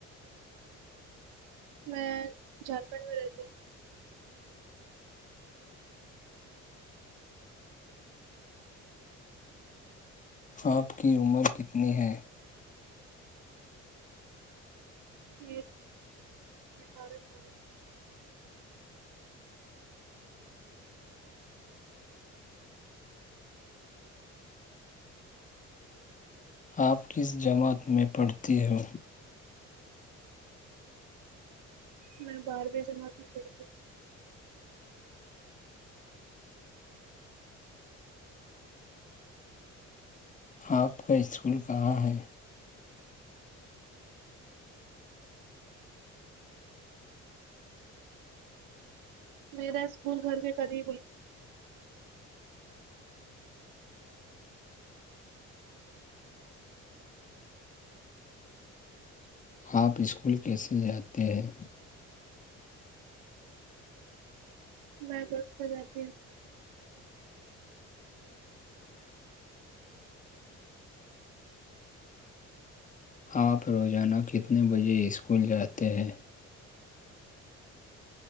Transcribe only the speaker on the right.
میں جھارکھنڈ میں رہتی ہ
م بٹار س
میں بارہویں جمع کر پڑتی ہ
میرا اسکول گھر کے قریب
ب بستے جاتے